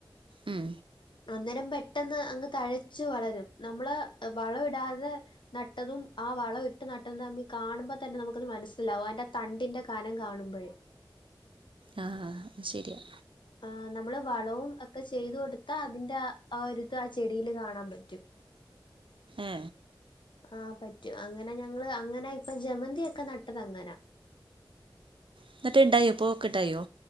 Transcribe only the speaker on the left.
അന്നേരം പെട്ടെന്ന് അങ്ങ് തഴച്ച് വളരും നമ്മള് വളം ഇടാതെ നട്ടതും ആവളം ഇട്ട് നട്ടതും തമ്മി കാണുമ്പ തന്നെ നമുക്കത് മനസ്സിലാവും അതിന്റെ തണ്ടിന്റെ കനം കാണുമ്പഴേ
ആഹ് നമ്മള് വളവും ഒക്കെ ചെയ്തു കൊട്ത്താ അതിന്റെ ആഹ് ഒരുരിത് ആഹ് ചെടിയില് കാണാൻ പറ്റും.
ആഹ് പറ്റും അങ്ങനെ ഞങ്ങള് അങ്ങനെ ഇപ്പ ജമന്തിയൊക്കെ നട്ടതങ്ങനാ